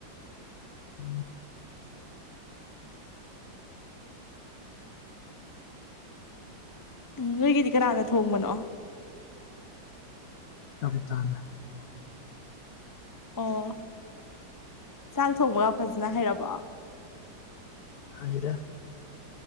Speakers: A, on the left (about 60°); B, on the left (about 30°).
A: ꯑ
B: ꯎꯒ ꯀꯔꯅ ꯊꯣꯡꯕꯅꯣ
A: ꯀꯕꯤ ꯇꯥꯅ
B: ꯑꯣ ꯆꯥꯛ ꯊꯣꯡꯕꯒ ꯐꯖꯅ ꯍꯩꯔꯕ
A: ꯍꯧꯖꯤꯔꯥ